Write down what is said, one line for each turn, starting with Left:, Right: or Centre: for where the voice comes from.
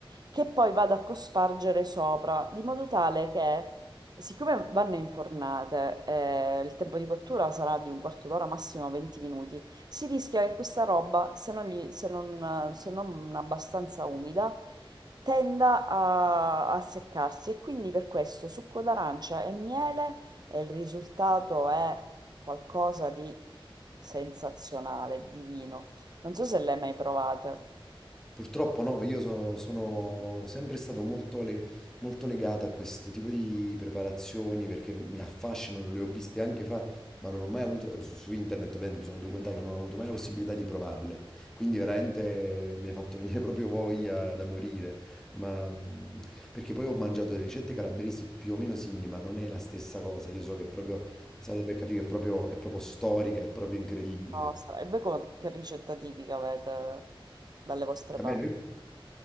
Right: che poi vado a cospargere sopra, di modo tale che, siccome vanno infornate, eh, il tempo di cottura sarà di un quarto d'ora, massimo 20 minuti, si rischia che questa roba, se non, gli- se non- se non abbastanza umida, tenda a, a seccarsi e quindi per questo succo d'arancia e miele e il risultato è qualcosa di sensazionale, divino. Non so se le hai mai provate.
Centre: Purtroppo no, io so- sono sempre stato molto, le- molto legato a questo tipo di preparazioni perché mi affascinano, le ho viste anche fare, ma non ho mai avuto, su, su internet ovviamente mi sono documentato, non ho avuto mai la possibilità di provarle, quindi veramente mi hai fatto venire <laughs> proprio voglia da morire, ma, mh, perché poi ho mangiato delle ricette calabresi più o meno simili, ma non è la stessa cosa, io so che è proprio, la salata beccafico è proprio, è proprio storica, è proprio incredibile.
Right: nostra. E voi come- che ricetta tipica avete dalle vostre
Centre: Va
Right: parti?
Centre: bene,